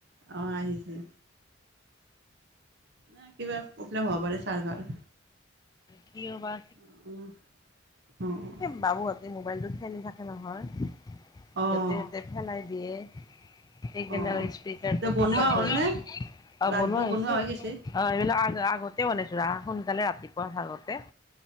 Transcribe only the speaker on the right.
অ আহিছে। নে কিবা প্ৰব্লেম হ'ব পাৰে ছাৰভাৰ।
অ
অ',
অ',
তে বনোৱা
হ'লনে?
লাড্ডু
হৈ
গৈছে?